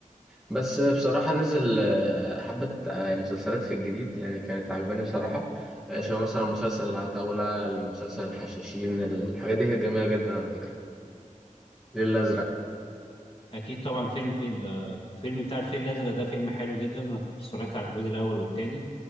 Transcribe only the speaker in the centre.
بس بصراحه نزل آه، حبه آه، مسلسلات في الجديد يعني كانت عجباني بصراحه آه، شبه مثلا مسلسل العتاوله المسلسل الحشاشين الحاجات دي كانت جميله جدا على فكره الليل الازرق